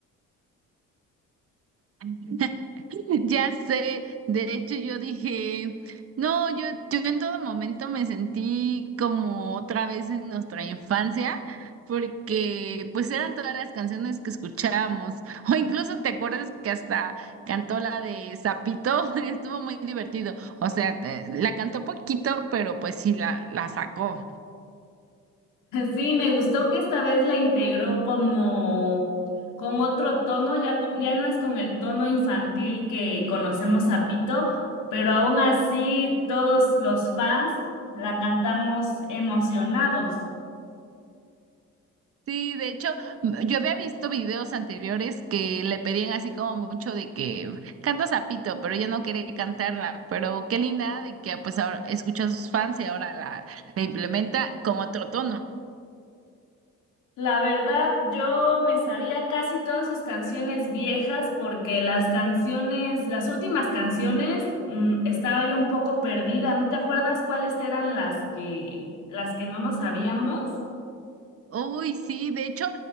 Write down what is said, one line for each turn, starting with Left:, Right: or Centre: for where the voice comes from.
Right: <laughs> <laughs> Ya sé, de hecho yo dije, no, yo, yo en todo momento me sentí como otra vez en nuestra infancia, porque pues eran todas las canciones que escuchábamos, <laughs> o incluso te acuerdas que hasta cantó la de Zapito, <laughs> estuvo muy divertido, o sea, eh, la cantó poquito, pero pues sí la, la sacó.
Left: Sí, me gustó que esta vez la integró como con otro tono, ya, co- ya no es con el tono infantil que conocemos a Pito, pero aún así todos los fans la cantamos emocionados.
Right: Sí, de hecho, m- yo había visto videos anteriores que le pedían así como mucho de que canta Zapito, pero ella no quiere cantarla. Pero qué linda de que ah, pues ahora escuchó a sus fans y ahora la, la implementa con otro tono.
Left: La verdad, yo me sabía casi todas sus canciones viejas porque las canciones, las últimas canciones, mm, estaba yo un poco perdida. ¿No te acuerdas cuáles eran las que, las que no nos sabíamos?
Right: Uy, sí, de hecho,